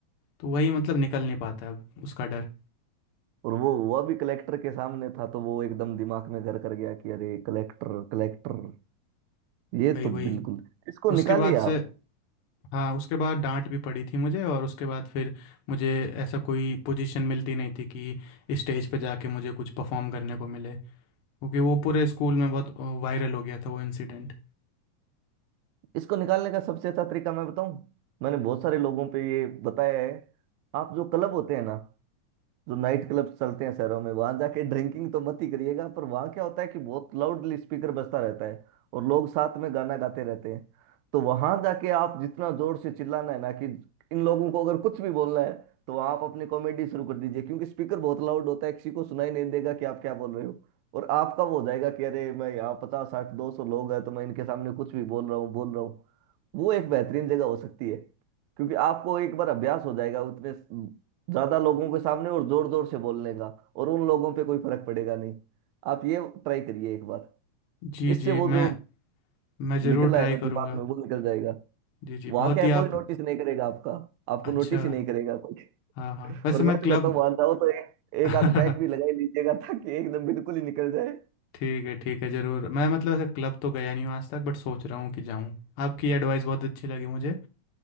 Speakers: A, on the left; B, on the right.
A: तो वही मतलब निकल नहीं पाता अब उसका डर
B: और वो वह भी कलेक्टर के सामने था तो वो एकदम दिमाग में घर कर गया कि अरे कलेक्टर कलेक्टर ये
A: वही
B: तो
A: वही
B: बिल्कुल इसको
A: उसके
B: निकालिए
A: बाद से
B: आप
A: हाँ उसके बाद डांट भी पड़ी थी मुझे और उसके बाद फिर मुझे ऐसा कोई पोजीशन मिलती नहीं थी कि स्टेज पे जाके मुझे कुछ परफॉर्म करने को मिले क्योंकि वो पूरे स्कूल में बहुत वायरल हो गया था वो इंसिडेंट
B: इसको निकालने का सबसे अच्छा तरीका मैं बताऊं मैंने बहुत सारे लोगों पे ये बताया है आप जो क्लब होते हैं ना जो नाइट क्लब्स चलते हैं शहरों में वहां जाके ड्रिंकिंग तो मत ही करिएगा पर वहां क्या होता है कि बहुत लाउडली स्पीकर बजता रहता है और लोग साथ में गाना गाते रहते हैं तो वहां जाके आप जितना जोर से चिल्लाना है ना कि इन लोगों को अगर कुछ भी बोलना है तो आप अपनी कॉमेडी शुरू कर दीजिए क्योंकि स्पीकर बहुत लाउड होता है किसी को सुनाई नहीं देगा कि आप क्या बोल रहे हो और आपका वो हो जाएगा कि अरे मैं यहाँ पचास साठ दो सौ लोग हैं तो मैं इनके सामने कुछ भी बोल रहा हूँ बोल रहा हूँ वो एक बेहतरीन जगह हो सकती है क्योंकि आपको एक बार अभ्यास हो जाएगा उतने ज्यादा लोगों के सामने और जोर जोर से बोलने का और उन लोगों पे कोई फर्क पड़ेगा नहीं आप ये ट्राई करिए एक बार
A: जी
B: इससे
A: जी
B: वो
A: मैं
B: जो
A: मैं ज़रूर
B: निकला
A: ट्राई
B: है ना
A: करूँगा
B: दिमाग में वो निकल जाएगा
A: जी जी
B: वहां
A: बहुत
B: क्या
A: ही
B: है कोई
A: आप
B: नोटिस नहीं करेगा आपका आपको
A: अच्छा
B: नोटिस ही नहीं करेगा कोई
A: हाँ हाँ वैसे
B: और मैं
A: मैं
B: तो
A: क्लब
B: कहता हूँ वहां जाओ तो एक
A: <laughs>
B: एक आध पैक भी लगा ही लीजिएगा ताकि एकदम बिल्कुल ही निकल जाए
A: ठीक है ठीक है ज़रूर मैं मतलब ऐसे क्लब तो गया नहीं हूँ आज तक बट सोच रहा हूँ कि जाऊँ आपकी एडवाइस बहुत अच्छी लगी मुझे